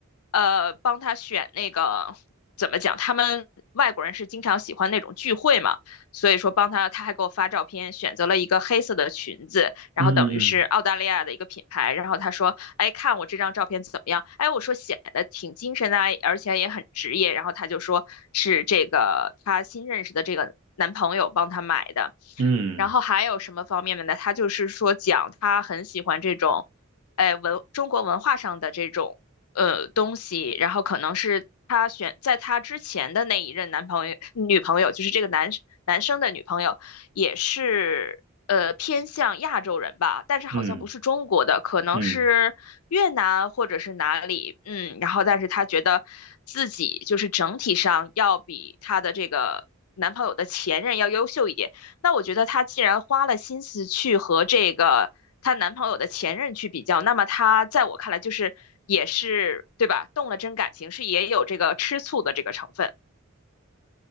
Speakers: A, on the left (about 85°); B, on the right (about 70°).
A: 呃帮他选那个怎么讲，他们外国人是经常喜欢那种聚会嘛。所以说帮他，他还给我发照片，选择了一个黑色的裙子，然后等于是澳大利亚的一个品牌，
B: 嗯嗯
A: 然后他说，哎，看我这张照片怎么样？哎，我说显得挺精神的啊，而且也很职业，然后他就说是这个他新认识的这个男朋友帮他买的，
B: 嗯
A: 然后还有什么方面呢？他就是说讲他很喜欢这种。哎，文中国文化上的这种呃东西，然后可能是她选在她之前的那一任男朋友女朋友，就是这个男男生的女朋友，也是呃偏向亚洲人吧，但是好像不是中国的，
B: 嗯嗯
A: 可能是越南或者是哪里，
B: 嗯，
A: 嗯，然后但是她觉得自己就是整体上要比她的这个男朋友的前任要优秀一点。那我觉得她既然花了心思去和这个她男朋友的前任去比较，那么她在我看来就是也是对吧？动了真感情，是也有这个吃醋的这个成分。